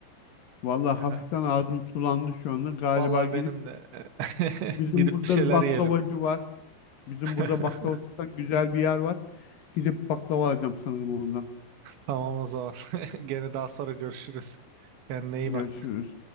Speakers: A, on the left; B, on the right.
A: Vallahi
B: Ya
A: hafiften ağzım sulandı şu anda. Galiba
B: vallahi
A: gidip
B: benim de <laughs>
A: bizim
B: gidip
A: burada
B: bir şeyler
A: bir baklavacı
B: yiyelim.
A: var. Bizim
B: <laughs>
A: burada baklava satan güzel bir yer var. Gidip baklava alacağım sanırım ondan.
B: Tamam o zaman <laughs> gene daha sonra görüşürüz. Kendine iyi
A: Görüşürüz.
B: bak.